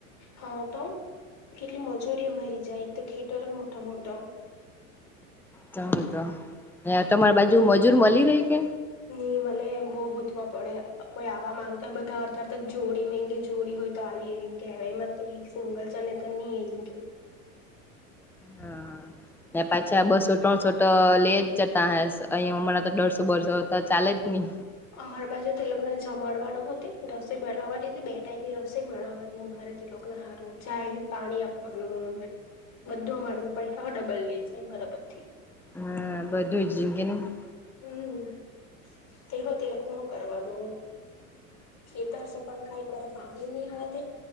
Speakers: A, on the left; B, in the centre.
A: હા તો કેટલી મજૂરી અમારી જાય, એક તો ખેતર મોટા-મોટા.
B: તો હું તો, તમાર બાજુ મજૂર મલી રેય કે?
A: ની મલે બો ગોતવા પડે અ-અ કોઈ આવા માંગતા બધા અળધા અળઘા તો જોડી જોડી હોય તો આવીયે એમ કેય એમ જ તો સિંગલ ચલ ની એેમ કેય. <inaudible>
B: હા
A: <inaudible>
B: ને પાછા બસો ત્રણસો તો લે જ જતા ઓહે અંયા અમરા તો દઢસો બસો તો ચાલે જ ની.
A: અમારા બાજુ તો એ લોકો જમાડવાનું હો કેય રસોઈ બનાવાની તે બે ટાઈમની રસોઈ બનાવાની અમારે ઉપર થી લોકના હારું ચાય પાણી આપાનું ને બધું અમારે પૈહા હો ડબલ લઈ જાય અમારા પરથી.
B: હા બધું અમ કે ની. <inaudible>
A: હમ તે હો તે લોકનુ હું કરવાનું. ખેતર સફળ ખાય પર પાણી ની આવે તે,